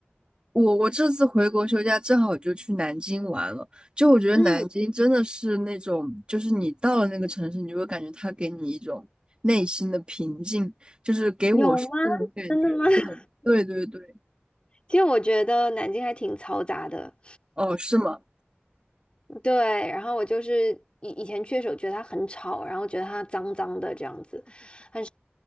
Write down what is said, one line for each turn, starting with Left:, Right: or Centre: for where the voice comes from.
Right: 我我这次回国休假正好就去南京玩了。就我觉得南京真的是那种，
Left: 嗯，
Right: 就是你到了那个城市，你就会感觉它给你一种内心的平静，就是给我是这种感觉。
Left: 有吗？真的吗？<laughs>
Right: 对，对对对，
Left: 其实我觉得南京还挺嘈杂的。
Right: 哦，是吗？
Left: 对，然后我就是以以前去的时候觉得它很吵，然后觉得它脏脏的这样子，但是